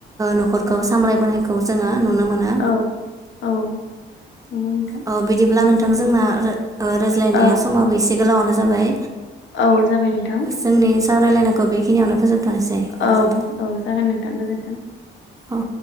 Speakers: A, on the right; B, on the left.
A: न'खरखौ सामलायबोनायखौ जोङो नुनो मोनो
B: औ औ नोंथां
A: अ बिदिब्ला नोंथां जोंना रायज्लायनाया
B: औ
A: समाबो एसे गोलावानो जाबाय
B: औ जाबाय नोंथां
A: जोंनि सावरायलायनायखौ बेखिनियावनो फोजोबथ'नोसै
B: औ
A: गोजोन्थों
B: औ जागोन नोंथां गोजो नोंथां
A: औ